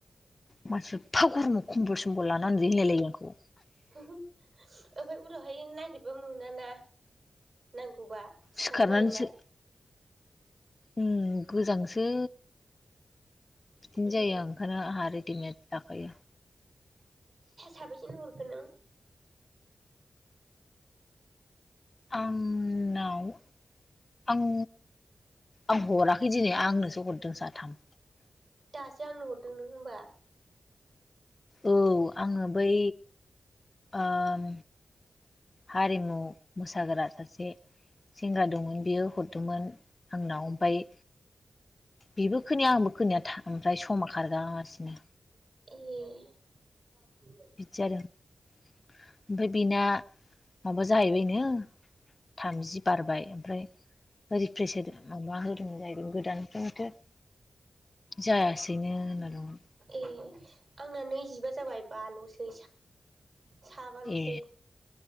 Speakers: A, on the left (about 40°); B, on the right (about 60°).
A: मासि एफा गरमाव खमबल समबल लानानै उनदुयो होनलायलायो आंखौ।
B: ओमफाय उनावहाय नागिरबा मोनाना नांगौबा सिखारबायोना
A: सिखारनानैसो उम गोजांसै बिदिनो
B: उम
A: जायो आं ओंखायनो आंहा रेडिमेड लाखायो।
B: साबेसेन हरखो नों?
A: आंनाव आं आं हराखै दिनै आंनोसो हरदों साथाम।
B: दासो आंनो हरदों नों होमबा
A: औ आङो बै ओम हारिमु मोसाग्रा सासे सेंग्रा दंमोन बियो हरदोंमोन आंनाव फाय बेबो खोनाया आंबो खोनाया था ओमफ्राय समा खारगासिनो
B: ए
A: बिदि जादों ओमफाय बेना माबा जाहैबायनो थामजि बारबाय ओमफ्राय रिप्रेस हो माबा होदोंमोन जाहैगोन गोदाननिफ्रायनोथ' <inaudible> जायासैनो होनना दंमोन।
B: ए आंना नैजिबा जाबाय बाल'सै साबाल'सै।
A: ए